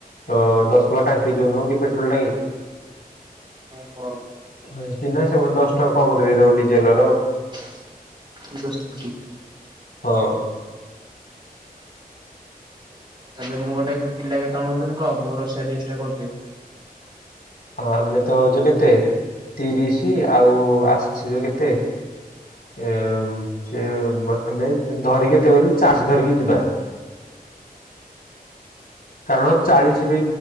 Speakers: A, on the left; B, on the right.
A: ଅଁ ଦଶ ପଲା ଟାଙ୍କି ଜଉ ନୁହ କି ପେଟ୍ରୋଲ ଟାଙ୍କି।
B: ଓହୋ।
A: ହଁ ଚିହ୍ନା ସେମାନେେ ଦଶ ଟଙ୍କା କମରେ ଦେଇଦବ ଡିଜେଲ ର।
B: <unintelligible>
A: ହଁ ଅଁ
B: ଉ ତାହେଲେ ମୋଟେ ପିଲା କେତେଜଣ ହଉଛନ୍ତି କହ? ମୁଁ ରୋଷେଇଆ ଲିଷ୍ଟଟା କରିଦେବି।
A: ଆମେ ତ ହଉଛ କେତେ? ତିରିଶି, ଆଉ ଆସିବେ କେତେ? ଏ ସେ ଆମେ ଧରିକି କେତେ ଗଲେ ଚାଷୀ ଧରିକି ଯିବା। କାରଣ ଚାଳିଶ ବି